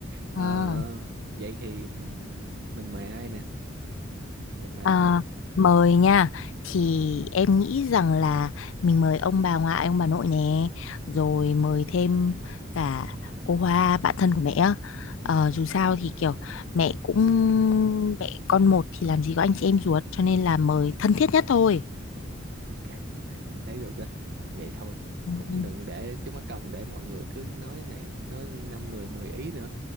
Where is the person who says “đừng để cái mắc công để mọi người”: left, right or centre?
Right